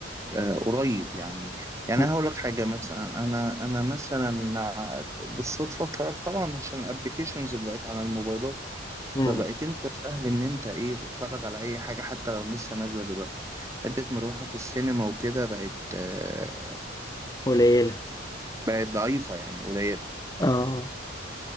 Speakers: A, on the right; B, on the left.
A: آه، قريب يعني يعني
B: مم.
A: أنا هقول لك حاجة مثلا أنا أنا مثلا بالصدفة قررت طبعا عشان الأبليكيشنز اللي بقت على الموبايلات
B: مم.
A: فبقيت أنت سهل إن أنت إيه تتفرج على أي حاجة حتى لو لسه نازلة دلوقتي حتة مروحك السينما وكده بقت آه،
B: قليلة
A: بقت ضعيفة يعني قليلة
B: آه